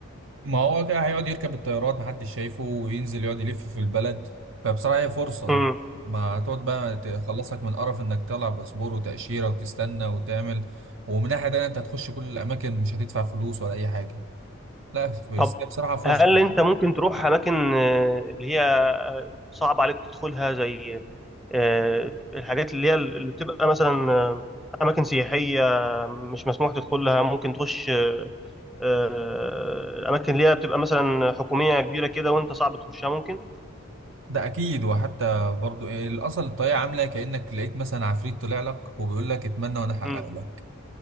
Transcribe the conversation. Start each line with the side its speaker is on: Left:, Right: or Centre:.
Right: ما هو كده هيقعد يركب الطيارات محدش شايفه وينزل يقعد يلف في البلد فبصراحة هي فرصة
Centre: امم
Right: ما هتقعد بقى تخلصك من قرف انك تطلع باسبور وتأشيرة وتستنى وتعمل ومن ناحية تانية انت هتخش كل الأماكن مش هتدفع فلوس ولا أي حاجة لا بس
Centre: طب
Right: هي بصراحة فرصة
Centre: هل انت ممكن تروح اماكن آه، اللي هي آه، صعب عليك تدخلها زي آه، الحاجات اللي هي اللي بتبقى مثلا آه، اماكن سياحيه مش مسموح تدخلها ممكن تخش آه، آه، الاماكن اللي هي بتبقى مثلا حكوميه كبيره كده وانت صعب تخشها ممكن
Right: ده أكيد وحتى برضو إيه، الأصل الطريقة عاملة كأنك لقيت مثلا عفريت طلع لك وبيقول لك اتمنى وأنا أحقق
Centre: امم
Right: لك